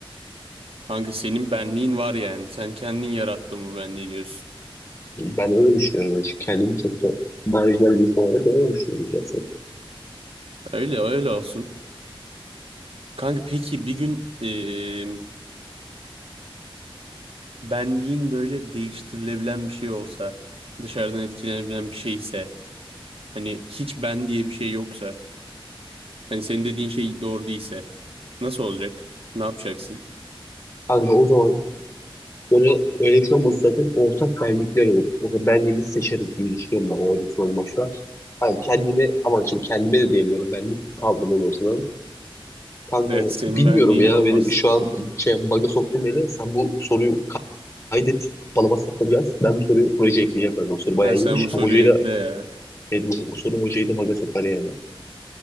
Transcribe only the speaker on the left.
Ben öyle düşünüyorum açık kendimi çok da marjinal bir insan olarak öyle düşünüyorum gerçekten.
Kanka o zaman böyle öğretmen olması zaten ortak benlikler olur. Mesela benliğini seçeriz diye düşünüyorum ben o öğretmen olmazsa. Hani kendime ama şimdi kendime de diyemiyorum benlik kaldırmam ortadan. Kanka
bilmiyorum
ya
beni şu an şey baga soktun beni. Sen bu soruyu kaydet. Bana WhatsApp'a yaz. Ben bu soruyu projeye ekleyeceğim ben. O soru bayağı
iyiymiş.
Bu hocayı
da
yani bu soru hocayı da baga sokar yani.